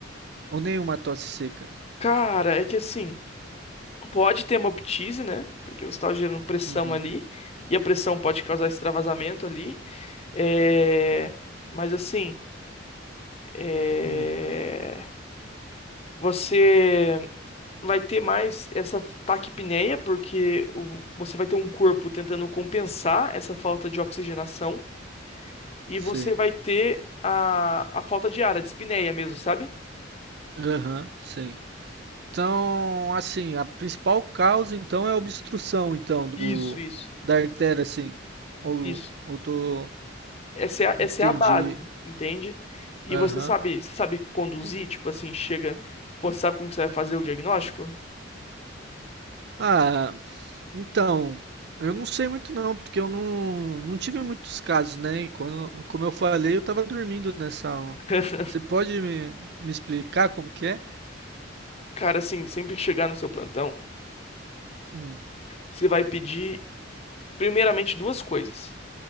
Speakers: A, on the right (about 55°); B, on the left (about 30°).
A: Ou nenhuma tosse seca.
B: Cara, é que assim, pode ter uma ptise, né? Porque você tá gerando pressão
A: Uhum,
B: ali, e a pressão pode causar extravasamento ali. É... Mas assim, é...
A: hum,
B: você vai ter mais essa taquipneia, porque o- você vai ter um corpo tentando compensar essa falta de oxigenação. E
A: sei.
B: você vai ter a, a falta de ar, a dispneia mesmo, sabe?
A: Aham, sei. Então, assim, a principal causa então é a obstrução então do
B: Isso, isso,
A: da artéria assim. Ou
B: isso.
A: ou tô
B: Essa é a, essa
A: entendi.
B: é a base, entende? E
A: Aham.
B: você sabe, você sabe conduzir, tipo assim, chega, pô, sabe como que você vai fazer o diagnóstico?
A: Ah, então, eu não sei muito não, porque eu não, não tive muitos casos, né? E quando, como eu falei, eu tava dormindo nessa aula.
B: <laughs>
A: Você pode me, me explicar como que é?
B: Cara, assim, sempre que chegar no seu plantão,
A: Hum,
B: você vai pedir primeiramente duas coisas: